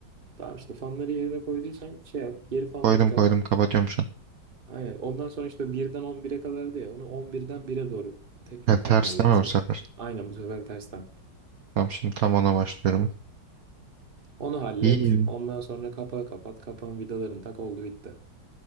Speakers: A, on the right (about 30°); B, on the right (about 60°).
A: tamam işte fanları yerine koyduysan şey yap geri fanları
B: Koydum
A: tak.
B: koydum kapatıyorum şu an.
A: Aynen ondan sonra işte birden on bire kadardı ya onu on birden bire doğru tekrar
B: Ha,
A: takman
B: ters
A: lazım.
B: değil mi bu sefer?
A: Aynen bu sefer tersten.
B: Tamam şimdi tam ona başlıyorum.
A: Onu hallet
B: İyi.
A: ondan sonra kapağı kapat kapağın vidalarını tak oldu bitti.